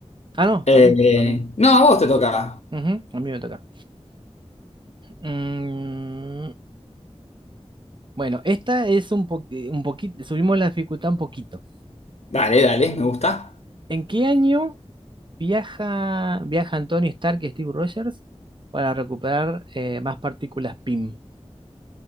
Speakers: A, on the right (about 45°); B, on the left (about 70°).
A: Ah, no,
B: Eh,
A: a mí, a mí.
B: no, a vos te toca.
A: Ujú, a mí me toca. Mm, bueno, esta es un, po- eh, un poquito, subimos la dificultad un poquito.
B: Dale, dale, me gusta.
A: ¿En qué año viaja, viajan Tony Stark y Steve Rogers para recuperar eh, más partículas PIM?